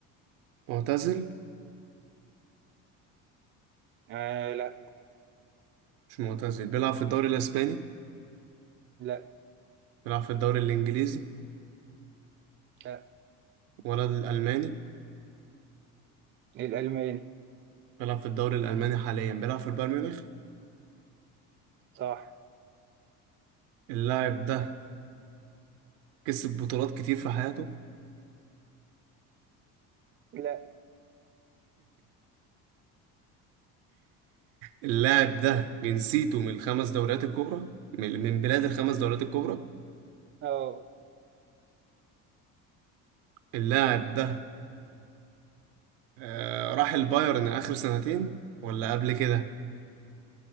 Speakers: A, on the right (about 80°); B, on the right (about 35°).
A: معتزل
B: آه، لا
A: مش معتزل بيلعب في الدوري الاسباني
B: لا
A: بيلعب في الدوري الانجليزي
B: لا
A: ولد الالماني
B: الألماني
A: بيلعب في الدوري الالماني حاليا بيلعب في البايرن ميونخ
B: صح
A: اللاعب ده كسب بطولات كتير في حياته
B: لا
A: اللاعب ده جنسيته من الخمس دوريات الكبرى من من بلاد الخمس دوريات الكبرى
B: اه
A: اللاعب ده آه راح البايرن اخر سنتين ولا قبل كده